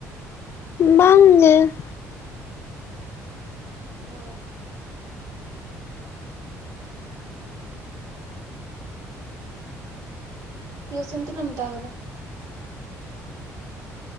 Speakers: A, on the left (about 45°); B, on the right (about 65°).
A: ᱵᱟᱝ ᱜᱮ ᱾
B: ᱚ ᱾ ᱴᱤᱭᱩᱥᱚᱱ ᱛᱤᱱᱟᱹᱜ ᱮᱢ ᱦᱟᱛᱟᱣ ᱟᱠᱟᱫᱟ?